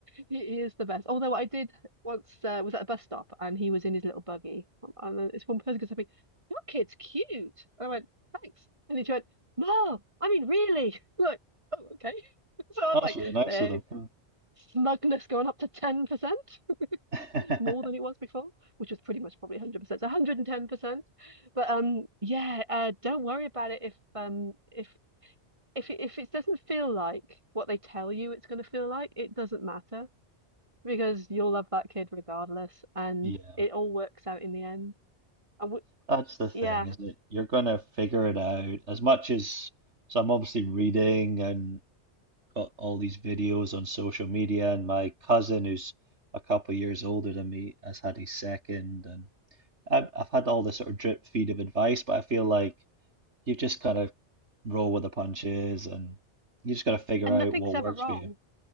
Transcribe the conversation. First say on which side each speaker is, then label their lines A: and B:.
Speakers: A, on the right; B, on the right.
A: he is the best. Although I did once uh, was at a bus stop and he was in his little buggy, and then this one person goes to me, "Your kid's cute," and I went, "Thanks," and he went, "No, I mean really." <laughs> Like, oh, okay. <laughs> So I
B: That's
A: was like,
B: really nice
A: there,
B: of them.
A: smugness going up to 10%,
B: <laughs>
A: <laughs> more than it was before, which was pretty much probably 100%, so 110%. But um, yeah, uh, don't worry about it if um, if if it, if it doesn't feel like what they tell you it's going to feel like, it doesn't matter because you'll love that kid regardless, and
B: Yeah.
A: it all works out in the end. And w
B: That's the thing,
A: yeah,
B: isn't it? You're gonna figure it out as much as so I'm obviously reading and got all these videos on social media and my cousin who's a couple of years older than me has had his second and I've I've had all this sort of drip feed of advice, but I feel like you just gotta roll with the punches and you just gotta figure
A: and
B: out
A: nothing's
B: what works
A: ever wrong.
B: for you.